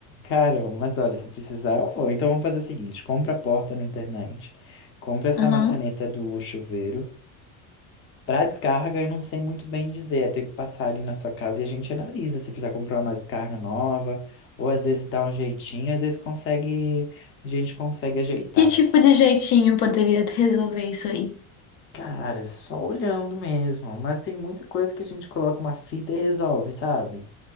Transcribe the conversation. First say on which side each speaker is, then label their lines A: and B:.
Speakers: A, on the left; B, on the left.
A: Caramba, mas olha, se precisar, eu vou. Então vamos fazer o seguinte: compra a porta na internet, compra essa
B: Aham.
A: maçaneta do chuveiro. Pra descarga, eu não sei muito bem dizer. Eu tenho que passar ali na sua casa e a gente analisa se precisar comprar uma descarga nova, ou às vezes dá um jeitinho, às vezes consegue, a gente consegue ajeitar.
B: Que tipo de jeitinho poderia resolver isso aí?
A: Cara, é só olhando mesmo, mas tem muita coisa que a gente coloca uma fita e resolve, sabe?